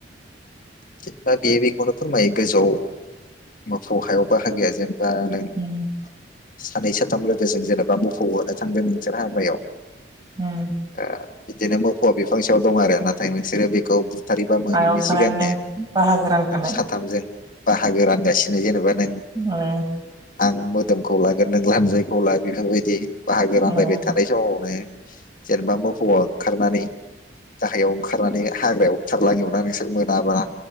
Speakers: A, on the left; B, on the right.
A: जेनेबा बे बेखौनो फोरमायो गोजौआव मोफौ हायाव बाहाग गैया जेन बा नों
B: उम
A: सानै साथाम लोगोजों जेनेबा मोफौ होनो थांदों नोंसोर हाग्रायाव
B: उम
A: ओ बिदिनो मोफौआ बिफांसेयाव दं आरो नाथाय नोंसोरो बेखौ बुथारबा मोनोैनि
B: हायाव थानानैनो
A: सिगांनो
B: बाहागो रानखानाय
A: साथामजों बाहागो रानगासिनो जेनेबा नों
B: आरो
A: आं मोदोमखौ लागोन नों लानजायखौ ला बेफोरबायदि। बाहागो रानलायबाय
B: औ
A: थानाय समावनो जेनेबा मोफौ खारनानै गाहायाव ओंखारनानै हाग्रायाव खारलाङोबा नोंस सोर मोनाबा